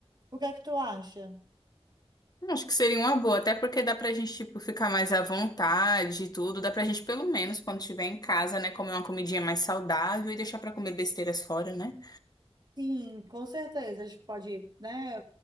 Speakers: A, on the right; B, on the left.
A: O que é que tu acha?
B: Acho que seria uma boa, até porque dá pra gente, tipo, ficar mais à vontade e tudo. Dá pra gente, pelo menos, quando estiver em casa, né, comer uma comidinha mais saudável e deixar pra comer besteiras fora, né?
A: Sim, com certeza. A gente pode, né,